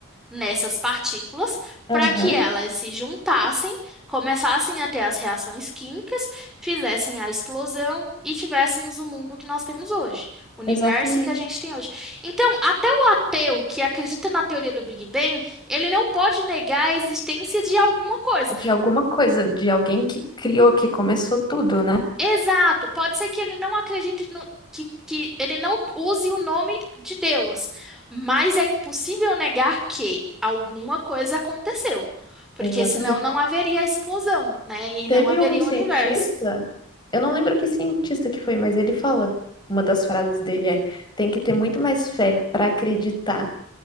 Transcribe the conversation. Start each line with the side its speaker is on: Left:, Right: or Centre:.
Centre: nessas partículas
Left: Aham,
Centre: para que elas se juntassem, começassem a ter as reações químicas, fizessem a explosão e tivéssemos o mundo que nós temos hoje, o universo
Left: exatamente.
Centre: que a gente tem hoje. Então, até o ateu que acredita na teoria do Big Bang, ele não pode negar a existência de alguma coisa.
Left: De alguma coisa, de alguém que criou, que começou tudo, né?
Centre: Exato, pode ser que ele não acredite no, que, que ele não use o nome de Deus, mas é impossível negar que alguma coisa aconteceu, porque
Left: Exatamente.
Centre: senão não haveria explosão, né? E
Left: Teve
Centre: não haveria
Left: um cientista,
Centre: universo.
Left: eu não lembro que cientista que foi, mas ele fala, uma das frases dele é: tem que ter muito mais fé para acreditar